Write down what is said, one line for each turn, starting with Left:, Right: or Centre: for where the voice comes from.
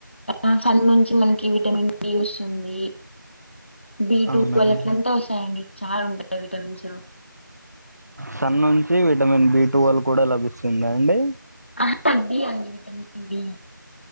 Left: ఆ సన్ నుంచి మనకి విటమిన్ డి వస్తుంది బీ
Right: అవునండి
Left: టూ వాళ్ళకి అట్లా అంత వస్తాయండి చాల ఉంటాయి విటమిన్స్
Right: సన్ నుంచి విటమిన్ బి టువల్ కూడా లభిస్తుందా అండి
Left: ఆ బి అండి విటమిన్ బి